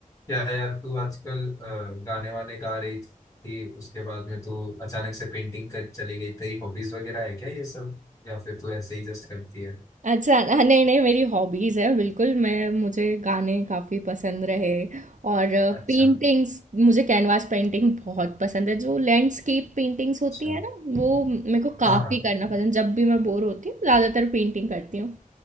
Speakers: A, on the left; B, on the right.
A: क्या यार तू आजकल अ, गाने वाने गा रही थी उसके बाद में तू अचानक से पेंटिंग कर चली गई तेरी हॉबीज वगैरह है क्या ये सब या फिर तू ऐसे ही जस्ट करती है
B: अच्छा हाँ, नहीं नहीं मेरी हॉबीज़ है बिल्कुल मैं मुझे गाने काफ़ी पसंद रहे और
A: अच्छा
B: पेंटिंग्स मुझे कैनवास पेंटिंग बहुत पसंद है जो लैंडस्केप पेंटिंग्स होती
A: अच्छा
B: है ना वो मेरे को
A: हाँ
B: काफ़ी
A: हाँ
B: करना पसंद जब भी मैं बोर होती हूँ ज़्यादातर पेंटिंग करती हूँ